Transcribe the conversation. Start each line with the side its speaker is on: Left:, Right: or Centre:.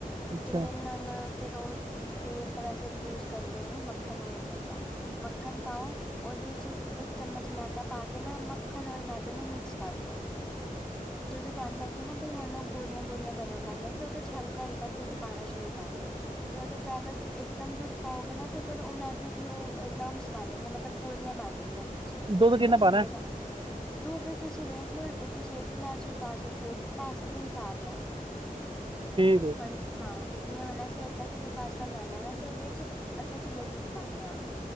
Right: ਅੱਛਾ
Centre: ਤੇਲ ਨਾਲ ਜਾ ਫੇਰ ਓ ਚ' ਤੇਲ ਤਾਂ ਵੈਸੇ ਯੂਜ ਕਰਦੇ ਨੇ, ਮੱਖਣ ਈ ਯੂਜ ਹੁੰਦਾ। ਮੱਖਣ ਪਾਓ ਓਦੇ ਚ, ਇੱਕ ਚਮਚ ਮੈਦਾ ਪਾ ਕੇ ਨਾ ਮੱਖਣ ਔਰ ਮੈਦੇ ਨੂੰ ਮਿਕਸ ਕਰ ਲਓ। ਜਦੋਂ ਤੁਆਨੂੰ ਲੱਗੇ ਨਾ ਬਈ ਹੁਣੂ ਗੋਲੀਆਂ-ਗੋਲੀਆਂ ਬਣਨ ਲਈਆਂ ਤੇ ਓਦੇ ਚ ਹਲਕਾ-ਹਲਕਾ ਦੁੱਧ ਪਾਣਾ ਸ਼ੁਰੂ ਕਰ ਦੋ। ਵੇ ਅਗਰ ਜਾਦਾਂ ਇੱਕਦਮ ਦੁੱਧ ਪਾਓਗੇ ਨਾ ਤੇ ਫੇਰ ਓ ਮੈਦੇ ਦੀ ਓ ਲੰਮਸ ਬਣ ਜਾਣਗੇ ਮਤਲਬ ਗੋਲੀਆਂ ਬਣ ਜਾਣੀਆਂ ਵਿੱਚੇ,
Right: ਦੁੱਧ ਕਿੰਨਾ
Centre: ਓਹ
Right: ਪਾਣਾ
Centre: ਘੁਲੇਗਾ
Right: ਹੈ
Centre: ਨਈ। ਦੁੱਧ ਤੁਸੀਂ ਵੇਖ ਲਓ, ਤੁਸੀਂ ਇੱਕ ਗਿਲਾਸ ਵੀ ਪਾ ਸਕਦੇ ਹੋ ਪਾਸਤ ਬੀਸ ਧਿਆਨ ਨਾਲ।
Right: ਠੀਕ ਏ।
Centre: ਅਨ ਹਾਂ ਜਿਵੇਂ ਹੁਣ ਅਸੀਂ ਅੱਧਾ ਕਿੱਲੋ ਪਾਸਤਾ ਬਣਾਨੇ ਆ ਨਾ ਤੇ ਓਦੇ ਚ ਅੱਧਾ ਕਿੱਲੋ ਦੁੱਧ ਪਾਨੇ ਆ।